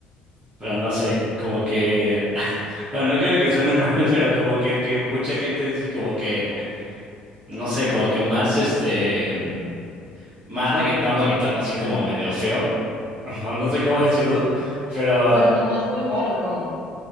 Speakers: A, on the right; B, on the right.
A: pero no sé, como que, <laughs> bueno, no quiero que suene <laughs> mal, pero como que el que mucha gente dice como que, no sé, como que más este, más reggaetón, reggaetón, así como medio feo, <laughs> no, no sé cómo decirlo, pero
B: O sea, como más vulgar o cómo?